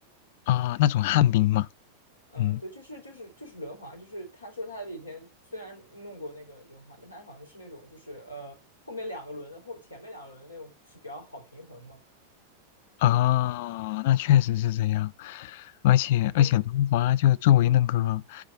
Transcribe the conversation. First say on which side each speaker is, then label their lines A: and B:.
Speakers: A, on the left (about 50°); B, on the left (about 80°).
A: 啊。那种旱冰嘛，
B: 嗯，
A: 嗯，
B: 对，就是就是就是轮滑，就是他说他以前虽然弄过那个轮滑，但他好像是那种就是呃后面两个轮的后前面两个轮的那种是比较好平衡嘛？
A: 啊，那确实是这样。而且而且轮滑就作为那个，
B: 你